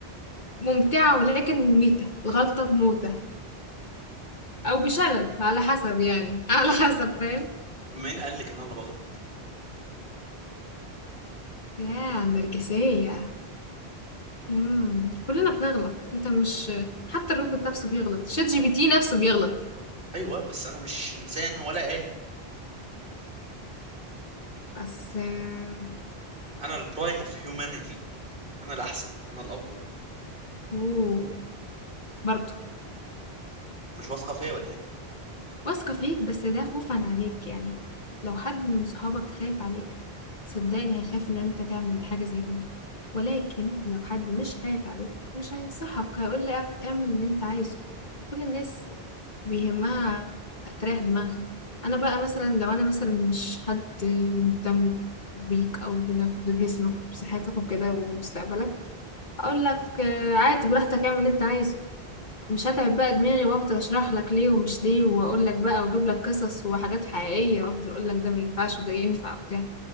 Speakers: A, on the left (about 50°); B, on the right (about 55°).
A: ممتعة ولكن ميتة الغلطة بموتة أو بشلل على حسب يعني <laughs> على حسب
B: مين
A: فاهم
B: مين قال لك ان انا بغلط
A: يا النرجسية مم. كلنا بنغلط انت مش حتى الروبوت نفسه بيغلط شات جي بي تي نفسه بيغلط
B: ايوه بس انا مش انسان ولا آلي
A: بس آه،
B: انا البرايم اوف هيومانيتي انا الاحسن انا الافضل
A: اوه برضه
B: مش واثقة فيا ولا ايه
A: واثقة فيك بس ده خوفًا عليك، يعني لو حد من صحابك خايف عليك، صدّقني هيخاف إن أنت تعمل حاجة زي كده، ولكن لو حد مش خايف عليك، مش هينصحك، هيقول لك اعمل اللي أنت عايزه، كل الناس بيهمها تريّح دماغها، أنا بقى مثلًا لو أنا مثلًا مش حد مهتم بيك أو بن بجسمك وبصحتك وكده وبمستقبلك، هاقول لك آه، عادي براحتك اعمل اللي أنت عايزه. مش هتعب بقى دماغي وافضل اشرح لك ليه ومش ليه واقول لك بقى واجيب لك قصص وحاجات حقيقيه وافضل اقول لك ده ما ينفعش وده ينفع وبتاع